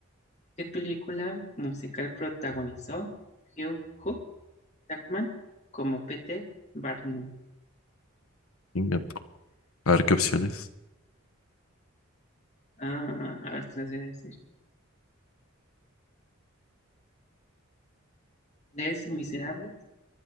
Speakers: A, on the left (about 30°); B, on the left (about 80°).
A: ¿Qué película musical protagonizó Hugh Hook? Jackman como P.T. Barnum.
B: Ingato. A ver qué opciones.
A: Ah, a ver, te las voy a decir. Les Miserables,